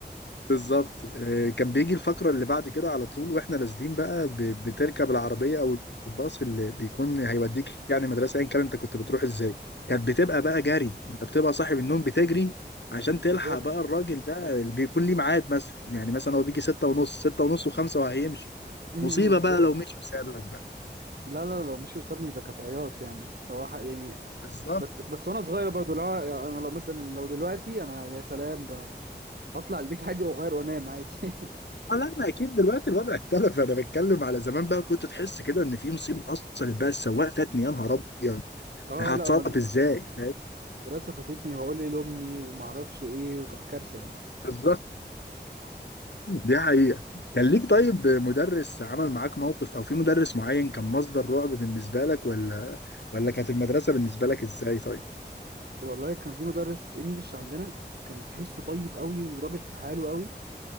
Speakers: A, on the left; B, on the right.
A: بالظبط آه، كان بيجي الفقره اللي بعد كده على طول واحنا نازلين بقى ب- بتركب العربيه او الباص اللي بيكون هيوديك يعني مدرسه ايا كان انت كنت بتروح ازاي كانت بتبقى بقى جري انت بتبقى صاحب النوم بتجري عشان تلحق
B: بالظبط
A: بقى الراجل ده اللي بيكون ليه ميعاد مثلا يعني مثلا هو بيجي ستة ونص ستة ونص وخمسة وهيمشي
B: امم
A: مصيبة
B: بالظبط
A: بقى لو مشي وسابك بقى
B: لا لا لو مش وسابني ده كانت عياط يعني صراحه يعني
A: بالظبط
B: بس بس وانا صغير برضو لا انا لو مثلا لو دلوقتي انا يا سلام هطلع البيت عادي واغير وانام عادي <laughs>
A: اه لا ما اكيد دلوقتي الوضع اختلف انا بتكلم على زمان بقى كنت تحس كده ان في مصيبه حصلت بقى السواق فاتني يا نهار ابيض
B: اه
A: هتصرف
B: لا مد-
A: ازاي فاهم
B: مدرسه فاتتني وهقول ايه لامي وما اعرفش ايه وكانت كارثه يعني
A: بالظبط دي حقيقه كان ليك طيب مدرس عمل معاك موقف او في مدرس معين كان مصدر رعب بالنسبه لك ولا ولا كانت المدرسه بالنسبه لك ازاي طيب
B: والله كان في مدرس انجلش عندنا كان تحسه طيب قوي وراجل في حاله قوي